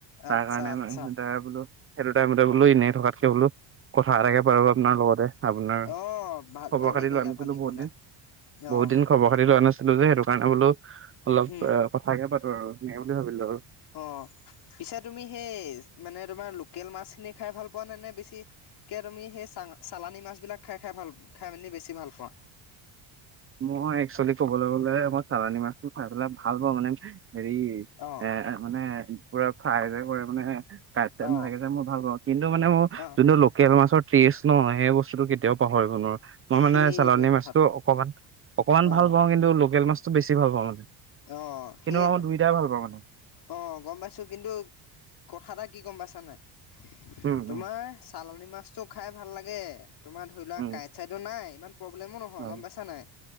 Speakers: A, on the right; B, on the left.
A: তাৰ
B: আচ্ছা
A: কাৰণে
B: আচ্ছা
A: মানে সিহঁতে বোলো সেইটো টাইমতে বোলো এনেই থকাতকে বোলো কথা এটাকে পাতো আপোনাৰ লগতে আপোনাৰ
B: অ', ভাল
A: খবৰ
B: ভালে
A: খাতি
B: কৰিলা
A: লোৱা নাছিলো
B: ভালে
A: বহুত
B: কৰিলা
A: দিন বহুত
B: অ',
A: দিন পাতি লোৱা নাছিলো যে সেইটো কাৰণে বোলো অলপ
B: উম,
A: এ কথাকে পাতো আৰু সেনেকে বুলি ভাবিলো আৰু
B: অ পিছে তুমি সেই মানে তোমাৰ লোকেল মাছখিনি খাই ভাল পোৱা নে নে বেছি তাকে তুমি সেই চা চালানি মাছবিলাক খাই খাই ভাল খাই মেলি বেছি ভাল পোৱা
A: মই একচুৱেলি ক'বলৈ গ'লে মই চালানী মাছটো খাই পেলাই ভাল পাওঁ মানে হেৰি
B: অ
A: এ মানে পুৰা ফ্ৰাই কৈ কৰি মানে কাইট চাইত
B: অ',
A: নাথাকে যে মই ভাল পাওঁ কিন্তু মানে মোৰ
B: অ',
A: যোনটো লোকেল মাছৰ টেষ্ট ন সেই বস্তুটোতো কেতিয়াও পাহৰিব নোৱাৰো মই
B: সেইটোৱে
A: মানে চালানী
B: কথাটো
A: মাছটো অকণমান অকণমান
B: অ',
A: ভাল পাও কিন্তু লোকেল মাছটো বেছি ভাল পাও মানে
B: অ',
A: কিন্তু
B: সেই
A: মই দুয়োটাই ভাল পাও মানে
B: অ গম পাইছো কিন্তু কথা এটা কি গম পাইছা নাই
A: উম
B: তোমাৰ
A: উম
B: চালনী মাছটো খাই ভাল লাগে তোমাৰ ধৰি লোৱা
A: উম
B: কাইট চাইটো নাই ইমান প্ৰব্লেমো নহয়
A: হয়
B: গম পাইছা নাই